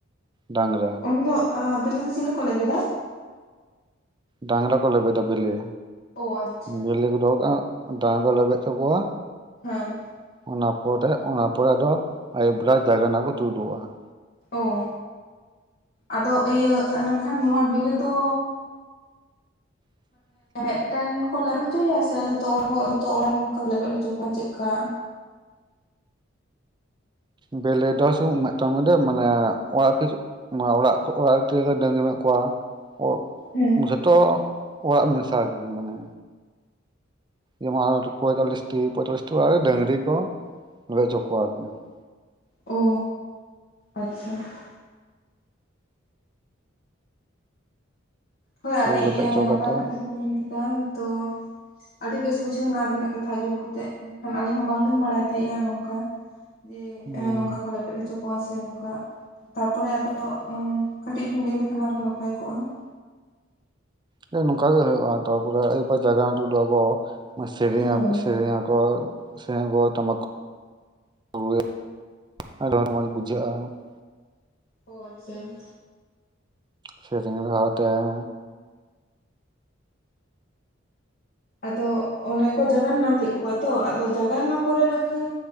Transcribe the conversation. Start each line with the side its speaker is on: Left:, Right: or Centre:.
Right: ᱰᱟᱝᱜᱽᱨᱟ ᱾
Left: <unintelligible> ᱵᱮᱞᱮ ᱫᱚ ᱪᱤᱞᱤ ᱠᱚ ᱞᱮᱵᱮᱫᱟ?
Right: ᱰᱟᱝᱜᱽᱨᱟ ᱠᱚ ᱞᱮᱵᱮᱰᱟ ᱵᱮᱞᱤ,
Left: ᱚ ᱟᱪᱪᱷᱟ
Right: ᱵᱮᱞᱮ ᱠᱚ ᱰᱚᱦᱚ ᱠᱟᱜᱼᱟ ᱰᱟᱝ ᱠᱚ ᱞᱮᱵᱮᱜ ᱪᱚ ᱠᱚᱣᱟ
Left: ᱦᱮᱸ ᱾
Right: ᱚᱱᱟ ᱯᱚᱨᱮ, ᱚᱱᱟ ᱯᱚᱨᱮ ᱟᱫᱚ ᱦᱟᱸᱜ ᱟᱹᱭᱩᱵ ᱵᱮᱨᱟ ᱡᱟᱜᱟᱱᱟ ᱠᱚ ᱛᱩᱫᱩᱜᱼᱟ ᱾
Left: ᱚ ᱟᱫᱚ ᱤᱭᱟᱹ, ᱤᱱᱟᱹᱠᱷᱟᱱ ᱱᱚᱣᱟ ᱵᱮᱞᱮ ᱫᱚ
Right: <inaudible>
Left: ᱢᱮᱜᱴᱮᱱ ᱠᱚ ᱞᱮᱵᱮᱜ ᱦᱚᱪᱚᱭᱟ ᱥᱮ ᱡᱷᱚᱛᱚ ᱡᱷᱚᱛᱚ ᱚᱲᱟᱜ ᱨᱮᱱ ᱠᱚ ᱞᱮᱵᱮᱫ ᱦᱚᱪᱚ ᱠᱚᱣᱟ ᱪᱮᱜᱠᱟ?
Right: ᱵᱮᱞᱮ ᱫᱚ ᱥᱩᱜ ᱢᱤᱜᱴᱮᱱ <unintelligible> ᱢᱟᱱᱮ ᱚᱲᱟᱜ ᱠᱤᱪᱷᱩ ᱚᱱᱟ ᱚᱲᱟᱜ-ᱠᱚ ᱚᱲᱟᱜ ᱨᱮ ᱛᱤᱱᱟᱹᱜ ᱜᱟᱱ ᱰᱟᱹᱝᱨᱤ ᱢᱮᱱᱟᱜ ᱠᱚᱣᱟ ᱚ
Left: ᱦᱮᱸ
Right: ᱡᱷᱚᱛᱚ ᱚᱲᱟᱜ ᱢᱮᱥᱟ ᱜᱮ ᱢᱟᱱᱮ ᱡᱮᱢᱚᱱ ᱯᱚᱸᱭᱛᱟᱞᱞᱤᱥᱴᱤ ᱯᱚᱸᱭᱛᱟᱞᱞᱤᱥᱴᱤ ᱚᱲᱟᱜ ᱨᱮ ᱰᱟᱹᱝᱨᱤ ᱠᱚ <unintelligible> ᱚᱪᱚ ᱠᱚᱣᱟ ᱠᱚ ᱟᱨᱠᱤ ᱾
Left: ᱚᱻ ᱟᱪᱪᱷᱟ ᱾ ᱦᱳᱭ
Right: ᱛᱚᱵᱮ
Left: ᱟᱹᱰᱤᱜ
Right: ᱞᱮᱵᱮᱫ ᱦᱚᱪᱚ
Left: ᱱᱟᱯᱟᱭ
Right: ᱠᱟᱛᱮ
Left: ᱠᱟᱛᱷᱟ ᱜᱮᱢ ᱢᱮᱱ ᱠᱮᱫᱟ ᱛᱚ ᱟᱹᱰᱤ ᱵᱮᱥ ᱵᱩᱡᱷᱟᱹᱣᱱᱟ ᱟᱹᱵᱤᱱᱟᱜ ᱠᱟᱛᱷᱟ ᱟᱸᱡᱚᱢ ᱠᱟᱛᱮᱜ ᱢᱮᱱᱠᱷᱟᱱ ᱟᱹᱞᱤᱧ ᱦᱚᱸ ᱵᱟᱝᱞᱤᱧ ᱵᱟᱲᱟᱭ ᱛᱟᱦᱮᱸᱜᱼᱟ ᱱᱚᱝᱠᱟ ᱾ ᱡᱮ
Right: ᱦᱩᱸ
Left: ᱮᱸ ᱱᱚᱝᱠᱟ ᱠᱚ ᱞᱮᱵᱮᱫᱽ ᱦᱚᱪᱚ ᱠᱚᱣᱟ ᱥᱮ ᱱᱚᱝᱠᱟ ᱛᱟᱯᱚᱨᱮ ᱟᱫᱚ ᱟᱹᱻ ᱠᱟᱹᱴᱤᱡ ᱵᱤᱱ ᱞᱟᱹᱭ ᱞᱮᱠᱷᱟᱱ ᱟᱨᱦᱚᱸ ᱱᱟᱯᱟᱭ ᱠᱚᱜᱼᱟ ᱾
Right: ᱡᱮ ᱱᱚᱝᱠᱟ ᱜᱮ ᱦᱩᱭᱩᱜᱼᱟ ᱛᱟᱨᱯᱚᱨᱮ ᱟᱹᱭᱩᱵ ᱵᱮᱲᱟ ᱡᱟᱜᱟᱣᱟᱱ ᱚᱰᱚᱠᱚᱜᱼᱟᱠᱚ ᱾ ᱢᱟ ᱥᱮᱨᱮᱧ
Left: ᱦᱳᱭ
Right: ᱟᱠᱚ ᱥᱮᱨᱮᱧ ᱟᱠᱚ ᱾ ᱥᱮ ᱜᱚ ᱴᱟᱢᱟᱠ <inaudible> ᱨᱩ <inaudible> ᱟᱹᱰᱤ ᱢᱚᱡᱽ ᱵᱩᱡᱷᱟᱹᱜᱼᱟ ᱾
Left: ᱚ ᱟᱪᱪᱷᱟ ᱾
Right: ᱥᱮᱨᱮᱧ ᱨᱟᱦᱟ ᱛᱮ ᱾
Left: ᱟᱫᱚ ᱚᱱᱮ ᱠᱚ ᱡᱟᱜᱟᱱᱱᱟ ᱠᱮᱜ ᱠᱚᱣᱟ ᱛᱚ ᱟᱫᱚ ᱡᱟᱜᱟᱱᱱᱟ ᱯᱚᱨᱮ ᱤᱱᱟᱹ ᱠᱷᱟᱱ